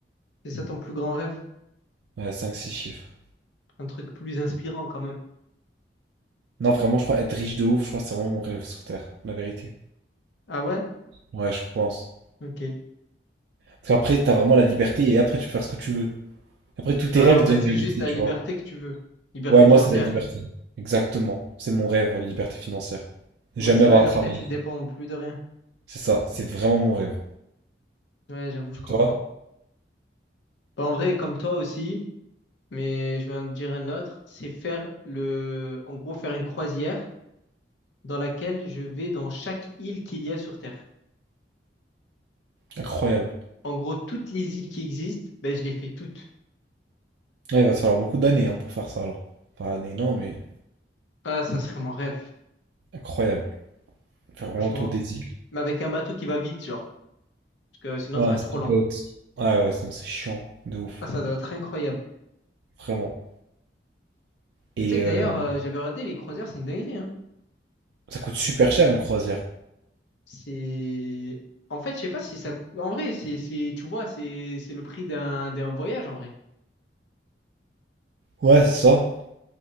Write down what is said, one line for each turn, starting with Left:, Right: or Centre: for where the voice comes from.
Left: C'est ça ton plus grand rêve?
Right: Ouais, 5-6 chiffres.
Left: Un truc plus inspirant quand même.
Right: Non, vraiment, je crois être riche de ouf, je crois que c'est vraiment mon rêve sur Terre, la vérité.
Left: Ah ouais?
Right: Ouais, je pense.
Left: Ok.
Right: Parce qu'après, t'as vraiment la liberté et après, tu peux faire ce que tu veux. Après, tous tes
Left: Ah,
Right: rêves
Left: en
Right: deviennent
Left: fait, c'est
Right: réalité,
Left: juste la
Right: tu
Left: liberté
Right: vois.
Left: que tu veux. Liberté
Right: Ouais, moi,
Left: financière.
Right: c'est la liberté. Exactement. C'est mon rêve, la liberté financière. Ne
Left: Ouais,
Right: jamais
Left: c'est
Right: avoir
Left: vrai,
Right: à
Left: après,
Right: travailler.
Left: tu dépends plus de rien.
Right: C'est ça, c'est vraiment mon rêve.
Left: Ouais, j'avoue, je
Right: Et
Left: comprends.
Right: Toi?
Left: Bah, en vrai, comme toi aussi, mais je vais en dire un autre, c'est faire le, en gros, faire une croisière dans laquelle je vais dans chaque île qu'il y a sur Terre.
Right: Incroyable.
Left: En gros, toutes les îles qui existent, ben, je les fais toutes.
Right: Ouais, il va te falloir beaucoup d'années hein, pour faire ça alors. Pas années, non, mais
Left: Ah, ça serait mon rêve,
Right: incroyable. Faire vraiment
Left: franchement.
Right: le tour des îles.
Left: Mais avec un bateau qui va vite, genre. Parce que sinon,
Right: Ouais,
Left: ça
Right: un
Left: va être
Right: speedboat.
Left: trop lent.
Right: Ouais, ouais, sinon c'est chiant. De ouf.
Left: Ah, ça doit être incroyable.
Right: Vraiment. Et
Left: Mais tu sais que
Right: euh,
Left: d'ailleurs, euh, j'avais regardé les croisières, c'est une dinguerie, hein.
Right: ça coûte super cher une croisière.
Left: C'est... En fait, je sais pas si ça... En vrai, c'est, c'est, tu vois, c'est, c'est le prix d'un, d'un voyage, en vrai.
Right: Ouais, c'est ça.